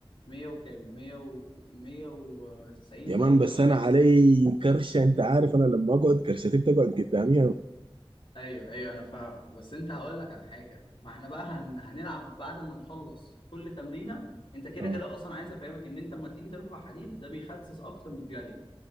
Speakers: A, on the left (about 65°); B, on the right (about 65°).
A: 100 وكام 100 و 190
B: يا
A: باين
B: مان بس
A: او
B: انا
A: 100
B: علي كرشه انت عارف انا لما اقعد كرشتي بتقعد قدامي يا مان.
A: ايوه ايوه انا فاهمك بس انت هقول لك على حاجه ما احنا بقى هن... هنلعب بعد ما نخلص كل تمرينه انت كده
B: اه
A: كده اصلا عايز افهمك ان انت لما تيجي ترفع حديد ده بيخسس اكتر من الجري